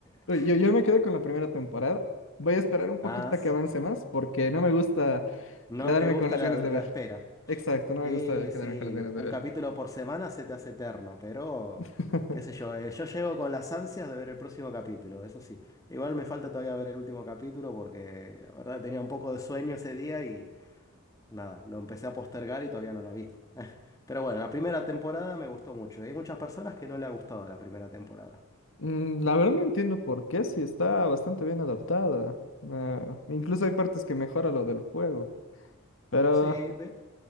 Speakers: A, on the left (about 65°); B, on the left (about 15°).
A: Uy,
B: <laughs>
A: Yo, yo me quedé con la primera temporada. Voy a esperar un poquito
B: Ah,
A: a
B: s-
A: que avance más porque no me gusta
B: no
A: quedarme
B: te gusta
A: con las
B: la,
A: ganas
B: la
A: de ver.
B: espera.
A: Exacto, no
B: Eh,
A: me gusta quedarme
B: sí,
A: con las ganas de
B: un
A: ver.
B: capítulo por semana se te hace eterno, pero
A: <laughs>
B: qué sé yo, eh, yo llego con las ansias de ver el próximo capítulo, eso sí. Igual me falta todavía ver el último capítulo porque la verdad tenía un poco de sueño ese día y nada, lo empecé a postergar y todavía no lo vi. <laughs> Pero bueno, la primera temporada me gustó mucho. Hay muchas personas que no le ha gustado la primera temporada.
A: Mm, La verdad no entiendo por qué, si está bastante bien adaptada. Ah, incluso hay partes que mejora lo del juego. Pero
B: Sí, de-